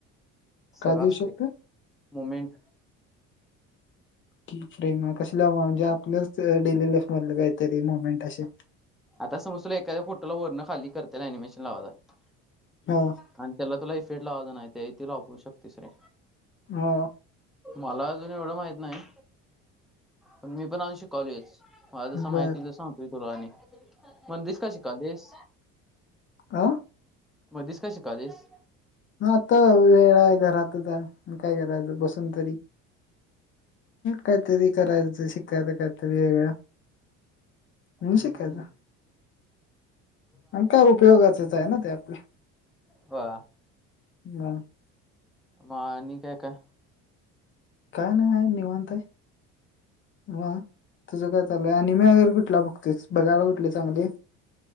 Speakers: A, on the left; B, in the centre.
A: काय
B: सगळं
A: देऊ
B: असते
A: शकतो
B: मुमेंट.
A: की फ्रेम कशी लाव म्हणजे आपलंच डेली लाईफ मधलं काहीतरी मुमेंट असे.
B: आता समज तुला एखाद फो वरण खाली करतील अनिमेशन लावायचाय.
A: हो.
B: आणि त्याला तुला इफेड लावायचा नाही, ते त्याला वापरू शकतोस रे.
A: हो.
B: मला अजून एवढं माहित नाही, पण मी पण अजून शिकलोयच. मला जसं
A: बर
B: माहिती सांगतोय तुला आणि मण दिस का शिकालीस.
A: का?
B: मधेच का शिकालेस.
A: ह आता वेळा आहे घरातच आहे काय करायचं बसून तरी. काहीतरी करायचं शिकायचं काहीतरी वेगळां. म्हणून
B: हम्म
A: शिकायचं.
B: हम्म
A: आणि काय उपयोगाचच आहे ना ते आपलं.
B: हो.
A: <unintelligible>
B: म आणि काय काय.
A: काय नाही निवांताय आहे. म तुझं काय चालूय आणि मी अगर कुठला बघतेस बघायला कुठले चांगले.